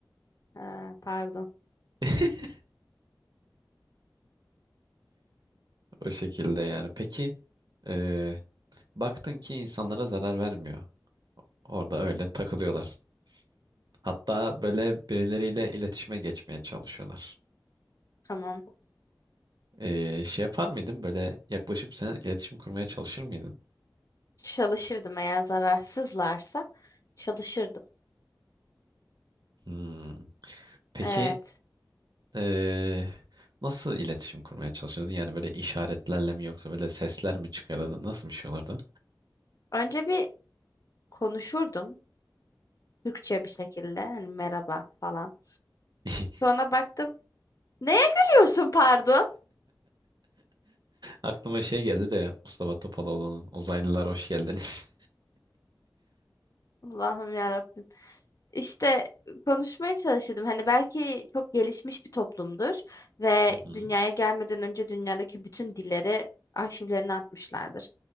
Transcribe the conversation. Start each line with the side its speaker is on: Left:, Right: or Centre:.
Left: Ha, pardon.
Right: <laughs> O şekilde yani. Peki eee, Baktın ki insanlara zarar vermiyor. Orada öyle takılıyorlar. Hatta böyle birileriyle iletişime geçmeye çalışıyorlar.
Left: Tamam.
Right: Ee, şey yapar mıydın? Böyle yaklaşıp sen iletişim kurmaya çalışır mıydın?
Left: Çalışırdım eğer zararsızlarsa çalışırdım.
Right: Hmm. Peki
Left: Evet.
Right: ee, nasıl iletişim kurmaya çalışırdın? Yani böyle işaretlerle mi yoksa böyle sesler mi çıkarırdın? Nasıl bir şey olurdu?
Left: Önce bir konuşurdum Türkçe bir şekilde hani merhaba falan.
Right: <laughs>
Left: Sonra baktım neye gülüyorsun pardon?
Right: Aklıma şey geldi de Mustafa Topaloğlu'nun Uzaylılar Hoş Geldiniz.
Left: Allah'ım ya İşte konuşmaya çalışırdım. Hani belki çok gelişmiş bir toplumdur ve
Right: Hı hı,
Left: dünyaya gelmeden önce dünyadaki bütün dilleri arşivlerine atmışlardır.